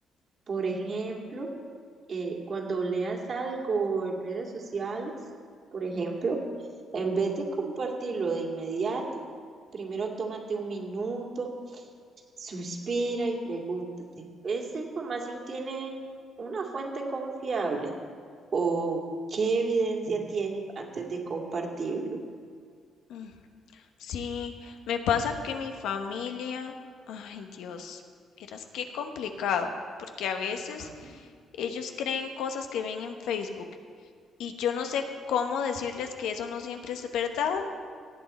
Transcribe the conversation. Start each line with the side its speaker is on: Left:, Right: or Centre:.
Right: Por ejemplo, eh, cuando leas algo en redes sociales, por ejemplo, en vez de compartirlo de inmediato, primero tómate un minuto Suspira y pregúntate, ¿esta información tiene una fuente confiable? ¿O qué evidencia tiene antes de compartirlo?
Left: Mm, Sí, me pasa que mi familia, ay Dios, vieras qué complicado, porque a veces
Right: Ajá.
Left: ellos creen cosas que ven en Facebook. y yo no sé cómo decirles que eso no siempre es verdad.